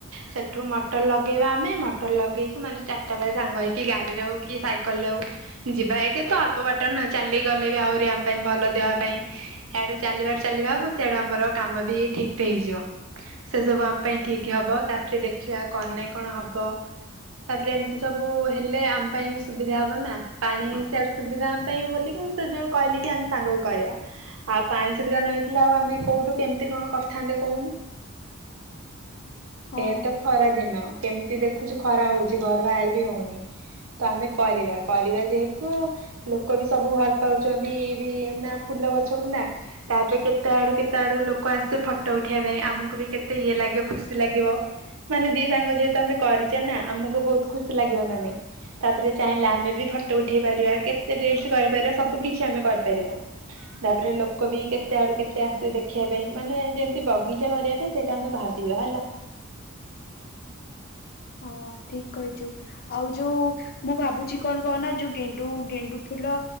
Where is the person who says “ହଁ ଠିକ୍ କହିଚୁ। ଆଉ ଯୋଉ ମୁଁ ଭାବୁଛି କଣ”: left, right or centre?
Left